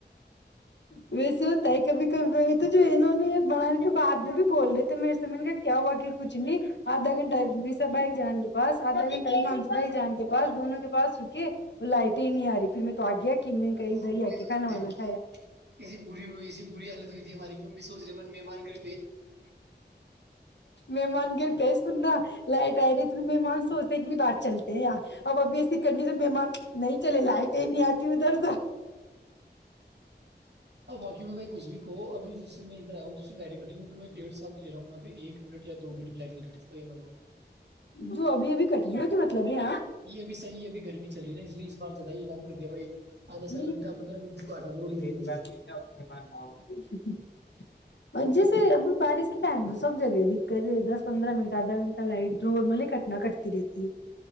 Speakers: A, on the left (about 80°); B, on the right (about 70°).
A: ویسے ہوتا ہے کبھی کبھی تو جو انہوں نے بنانے کے بعد میں بھی بول رہے تھے میرے سےمج گ کیا ہوا کہ کچھ نہیں ادھ گنٹ آ وس بائی جان گ بس آدھا گھنٹہ ہی مانس بھائی جان کے بس دونوں کے پاس رکے وہ لائٹ ہی نہیں آ رہی پھر میں تو آ گیا کہ میں نے کہیں
B: ہاں
A: ادھر ہی
B: وہی
A: آ کے
B: تو
A: کھانا
B: دیکھو
A: وانا کھایا
B: ایسی بری ایسی بری حالت تو تھی ہماری میں سوچے مہمان کر
A: مہمان گھر پئے سننا لائٹ آئی رہی تمہمان سوسے گلی بات چلتے ہیں یار اب ابھی ایسی کنڈیشن مہمان نہیں چلے لائٹیں نہیں آتی ادھر تو
B: اور بااکی میں بھائی کچھ بھی تو ابھی جس سے میں ادھر آ ہوں جس لائن کٹ رہ تو میں ڈڑھ سال رہا ہوں یہاں پہ ایک منٹ یا دو منٹ میں لائٹن نہیں کٹتی ب ہماری
A: جو ابھی ابھی کٹ رہ ہے ہو تو مطلب یہاں
B: یہ ابھی صیح ہےبھی گرمی چل رہی نا اس لیے اس بار زیادہ ہی الان کر دیا بھائی آدھا سا
A: ا
B: گھنٹہ پندرہ منٹ تو کاٹا کرو ڈیلی
A: <unintelligible>
B: بہت
A: جیسے ابھی بارش کے ٹائم تو سب جگہ دقت دس پندرہ منٹ آدھا گھنٹہ لائٹ نورملی کٹنا کٹتی رہتی ہے